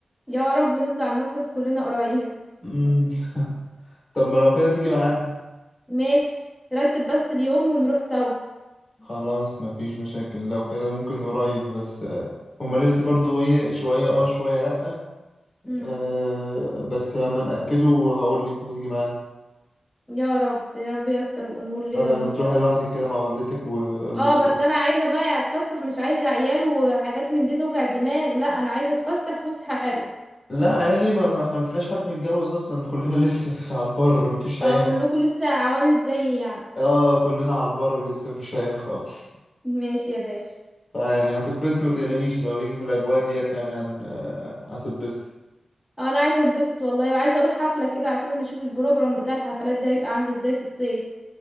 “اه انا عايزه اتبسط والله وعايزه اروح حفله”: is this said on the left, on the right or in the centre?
Centre